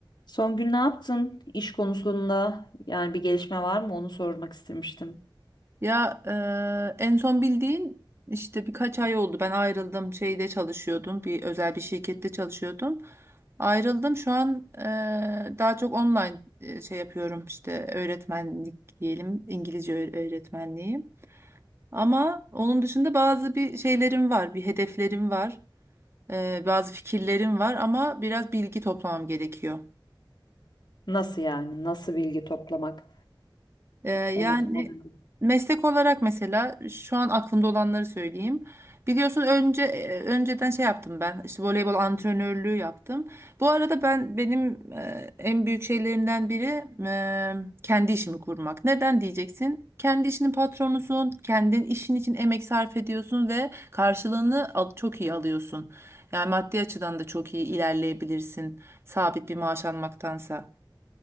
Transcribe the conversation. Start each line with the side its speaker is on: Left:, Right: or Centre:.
Left: Son gün ne yaptın? iş konusunda yani bir gelişme var mı? Onu sormak istemiştim.
Right: Ya e, en son bildiğin işte birkaç ay oldu. Ben ayrıldım. Şeyde çalışıyordum. Bir özel bir şirkette çalışıyordum. Ayrıldım. Şu an e, daha çok online e, şey yapıyorum. işte öğretmenlik diyelim. İngilizce öğ- öğretmenliği. Ama onun dışında bazı bir şeylerim var. Bir hedeflerim var. E, bazı fikirlerim var ama biraz bilgi toplamam gerekiyor.
Left: Nasıl yani? Nasıl bilgi toplamak?
Right: Ee, yani
Left: Onu tamamen.
Right: meslek olarak mesela şu an aklımda olanları söyleyeyim. Biliyorsun önce e, önceden şey yaptım ben. İşte voleybol antrenörlüğü yaptım. Bu arada ben benim e, en büyük şeylerimden biri e, kendi işimi kurmak. Neden diyeceksin? Kendi işinin patronusun, kendin işin için emek sarf ediyorsun ve karşılığını al- çok iyi alıyorsun. Yani maddi açıdan da çok iyi ilerleyebilirsin sabit bir maaş almaktansa.